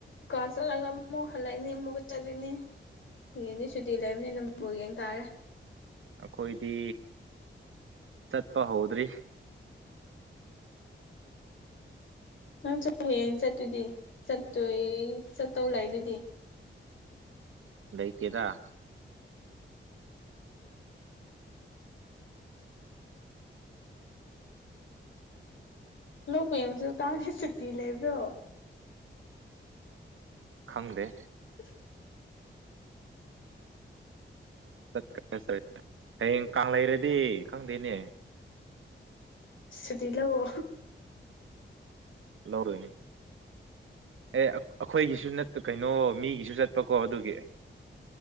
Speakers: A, on the left; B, on the right.
A: ꯀ ꯆꯠꯂꯒ ꯑꯃꯨꯛ ꯍꯜꯂꯛꯏꯅꯤ ꯑꯃꯨꯛꯀ ꯆꯠꯂꯤꯣꯏꯅꯤ ꯌꯦꯅꯦ ꯁꯨꯇꯤ ꯂꯩꯕꯅꯤ ꯅꯪꯕꯨ ꯌꯦꯡ ꯇꯥꯔꯦ
B: ꯑꯩꯈꯣꯏꯗꯤ ꯆꯠꯄ ꯍꯧꯗ꯭ꯔꯤ
A: ꯅꯪ ꯆꯠ ꯍꯌꯦꯡ ꯆꯠꯇꯨꯗꯤ ꯆꯠꯇꯣꯏ ꯆꯠꯇꯧ ꯂꯩ ꯑꯗꯨꯗꯤ
B: ꯂꯩꯇꯗ
A: ꯂꯣꯛ ꯀꯦꯝꯁꯨ ꯇꯥꯡꯒꯤ ꯁꯨꯇꯤ ꯂꯩꯕ꯭ꯔꯣ
B: ꯈꯪꯗꯦ
A: <unintelligible>
B: ꯆꯠꯀꯦ ꯆꯠ ꯍꯌꯦꯡ ꯀꯥꯡ ꯂꯩꯔꯗꯤ ꯈꯪꯗꯦꯅꯦ
A: ꯁꯤꯔꯤꯂꯕꯣ
B: ꯂꯧꯔꯨꯏꯅꯦ ꯑꯦ ꯑꯩꯈꯣꯏꯒꯤꯁꯨ ꯀꯩꯅꯣ ꯃꯤꯒꯤꯁꯨ ꯆꯠꯄꯀꯣ ꯑꯗꯨꯒꯤ